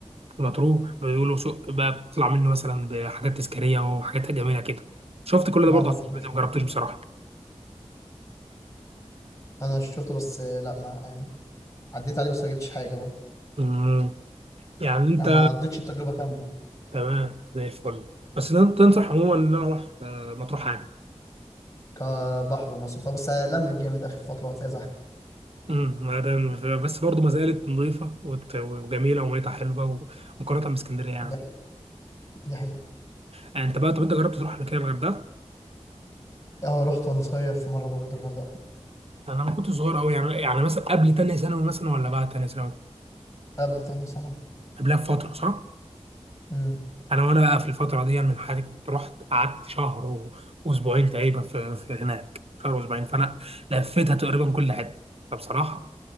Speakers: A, on the right; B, on the left.
A: لما تروح بيقولوا سوق بقى بتطلع منه مثلا بحاجات تذكاريه وحاجات جميله كده شفت كل
B: لا
A: ده برضه
B: ما
A: على
B: رحتوش
A: السوشيال ميديا ما جربتش بصراحه
B: انا شفته بس آه، لا ما يعني عديت عليه بس ما جبتش حاجه برضو
A: امم يعني انت
B: انا ما عدتش التجربه كامله
A: تمام زي الفل بس ده انت تنصح عموما ان انا اروح آه، مطروح عادي
B: كبحر ومصيف بس لمت جامد اخر فتره وهتلاقي زحمه
A: امم ما ده بس برضه ما زالت نظيفه وت- وجميله وميتها حلوه ومقارنه باسكندريه يعني.
B: دي حقيقه دي حقيقه
A: يعني انت بقى طب انت جربت تروح قبل كده الغردقه؟
B: اه رحت وانا صغير في مره برضه الغردقه
A: انا ما كنت صغير قوي يعني يعني مثلا قبل تانية ثانوي مثلا ولا بعد تانية ثانوي؟
B: قبل تاني سنه
A: قبلها بفتره صح؟
B: امم
A: انا وانا بقى في الفتره دي يعني من حالي كنت رحت قعدت شهر و- واسبوعين تقريبا في, في هناك شهر واسبوعين فانا لفيتها تقريبا كل حته فبصراحه